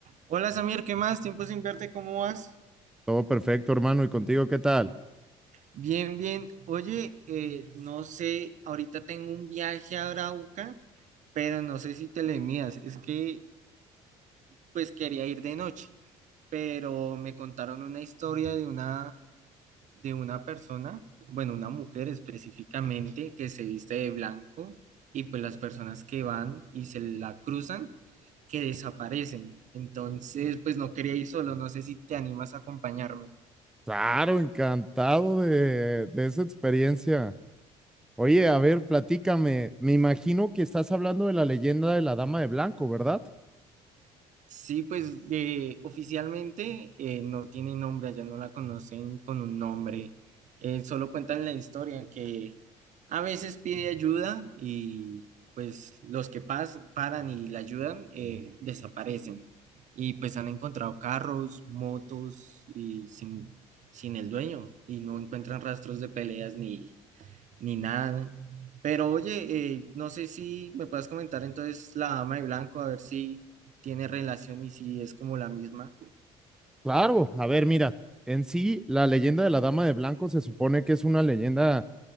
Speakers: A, on the right; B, in the centre.
A: Hola Samir, ¿qué más? Tiempo sin verte, ¿cómo vas?
B: Todo perfecto, hermano. ¿Y contigo qué tal?
A: Bien, bien. Oye, eh, no sé, ahorita tengo un viaje a Arauca, pero no sé si te le midas. Es que, pues, quería ir de noche, pero me contaron una historia de una, de una persona, bueno, una mujer específicamente, que se viste de blanco y pues las personas que van y se la cruzan, que desaparecen. Entonces, pues, no quería ir solo, no sé si te animas a acompañarme.
B: Claro, encantado de, de esa experiencia. Oye, a ver, platícame. Me imagino que estás hablando de la leyenda de la Dama de Blanco, ¿verdad?
A: Sí, pues de, oficialmente eh, no tiene nombre, allá no la conocen con un nombre, Eh, solo cuentan la historia que a veces pide ayuda y pues los que pas- paran y la ayudan eh, desaparecen y pues han encontrado carros, motos y sin, sin el dueño y no encuentran rastros de peleas ni, ni nada. Pero oye, eh, no sé si me puedes comentar entonces La Dama de Blanco, a ver si tiene relación y si es como la misma.
B: Claro, a ver, mira, en sí, la leyenda de la Dama de Blanco se supone que es una leyenda